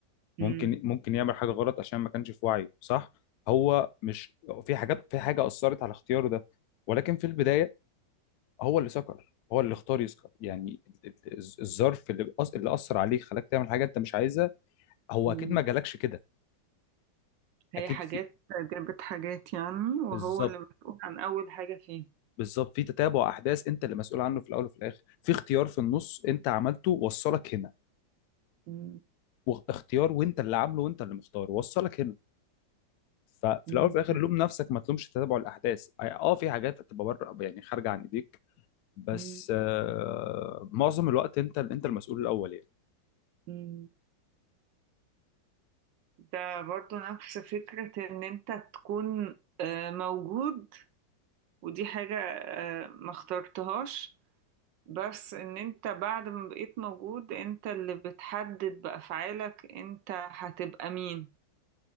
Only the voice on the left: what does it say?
ممكن ممكن يعمل حاجه غلط عشان ما كانش في وعيه صح هو مش في حاجات في حاجه اثرت على اختياره ده ولكن في البدايه هو اللي سكر هو اللي اختار يسكر يعني ال- ال- الز- الظرف اللي أص- اللي اثر عليك خلاك تعمل حاجه انت مش عايزها هو
اكيد ما جالكش كده
اكيد
في
بالظبط
بالظبط في تتابع احداث انت اللي مسؤول عنه في الاول وفي الاخر في اختيار في النص انت عملته وصلك هنا
واختيار وانت اللي عامله وانت اللي مختاره وصلك هنا ففي
الاول وفي الاخر لوم نفسك ما تلومش تتابع الاحداث اه في حاجات هتبقى بره يعني خارجه عن ايديك بس
آه معظم الوقت انت انت المسؤول الاول يعني